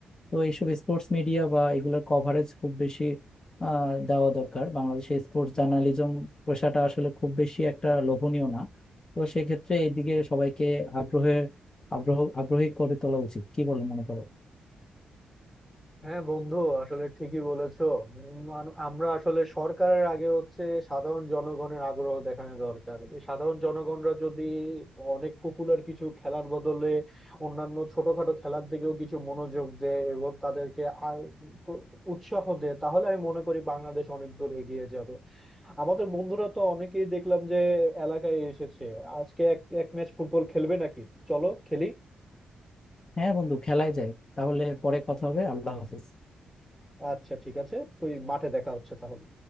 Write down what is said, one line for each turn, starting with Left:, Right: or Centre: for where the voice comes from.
Left: তো এইসব স্পোর্টস মিডিয়া বা এগুলোর কভারেজ খুব বেশি আহ, দেওয়া দরকার বাংলাদেশে স্পোর্টস জার্নালিজম পেশাটা আসলে খুব বেশি একটা লোভনীয় না তো সেক্ষেত্রে এইদিকে সবাইকে আগ্রহে আগ্রহ আগ্রহী করে তোলা উচিত কি বলে মনে করো
Centre: হ্যাঁ বন্ধু আসলে ঠিকই বলেছো মানু- আমরা আসলে সরকারের আগে হচ্ছে সাধারণ জনগণের আগ্রহ দেখানো দরকার এই সাধারণ জনগণরা যদি অনেক পপুলার কিছু খেলার বদলে অন্যান্য ছোটখাটো খেলার দিকেও কিছু মনোযোগ দেয় এবং তাদেরকে আ- উৎসাহ দেয় তাহলে আমি মনে করি বাংলাদেশ অনেক দূর এগিয়ে যাবে আমাদের বন্ধুরা তো অনেকেই দেখলাম যে এলাকায় এসেছে আজকে এক এক ম্যাচ ফুটবল খেলবে নাকি চলো খেলি
Left: হ্যাঁ বন্ধু খেলায় যায় তাহলে পরে কথা হবে আল্লাহ হাফেজ
Centre: আচ্ছা ঠিক আছে তুই মাঠে দেখা হচ্ছে তাহলে